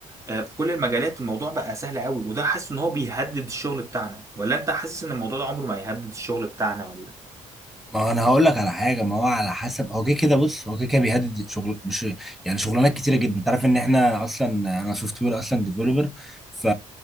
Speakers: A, on the right; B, in the centre.
A: آه، في كل المجالات الموضوع بقى سهل قوي وده حاسس ان هو بيهدد الشغل بتاعنا ولا انت حاسس ان الموضوع ده عمره ما هيهدد الشغل بتاعنا ولا
B: ما هو انا هقول لك على حاجه ما هو على حسب هو كده كده بص هو كده كده بيهدد شغل مش يعني شغلانات كتيره جدا انت عارف ان احنا اصلا انا سوفت وير اصلا ديفلوبر ف